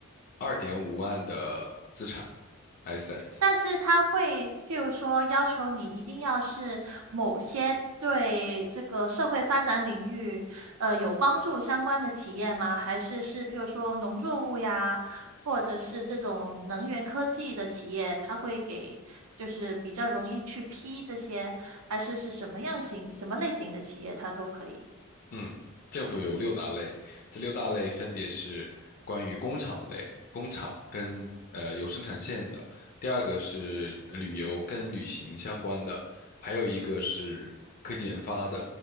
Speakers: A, on the left; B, on the right.
A: 二点五万的资产 asset。
B: 但是他会，譬如说要求你一定要是某些对这个社会发展领域，呃，有帮助相关的企业吗？还是是譬如说农作物呀，或者是这种能源科技的企业，他会给就是比较容易去批这些，还是是什么样型、什么类型的企业，它都可以。
A: 嗯，政府有六大类，这六大类分别是关于工厂类，工厂跟呃有生产线的；第二个是呃旅游跟旅行相关的；还有一个是科技研发的；